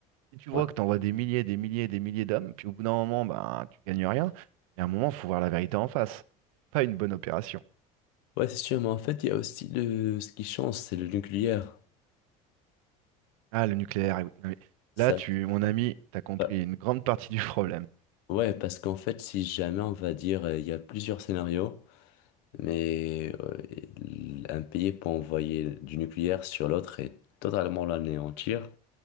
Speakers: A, on the right; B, on the left.
A: Si tu vois
B: Ouais.
A: que t'envoies des milliers, des milliers, des milliers d'hommes, puis au bout d'un moment, ben, tu gagnes rien, il y a un moment, faut voir la vérité en face. C'est pas une bonne opération.
B: Ouais, c'est sûr, mais en fait, il y a aussi le... ce qui change, c'est le nucléaire.
A: Ah, le nucléaire. eh oui. Non, mais
B: Ça...
A: là, tu, mon ami, t'as compris
B: Ouais,
A: une grande partie du problème.
B: ouais, parce qu'en fait, si jamais, on va dire, euh, il y a plusieurs scénarios, mais euh, un pays peut envoyer du nucléaire sur l'autre et totalement l'anéantir.